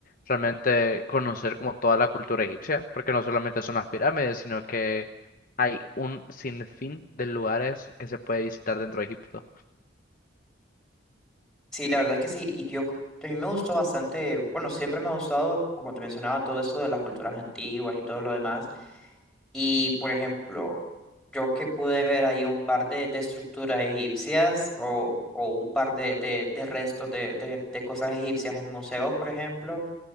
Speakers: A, on the left (about 45°); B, in the centre.
A: Realmente conocer como toda la cultura egipcia, porque no solamente son las pirámides, sino que hay un sinfín de lugares que se puede visitar dentro de Egipto.
B: Sí, la verdad es que sí, y yo, a mí me gustó bastante, bueno, siempre me ha gustado, como te mencionaba, todo eso de las culturas antiguas y todo lo demás, y por ejemplo, yo que pude ver ahí un par de, de estructuras egipcias o, o un par de, de, de restos de, de de cosas egipcias en museos, por ejemplo,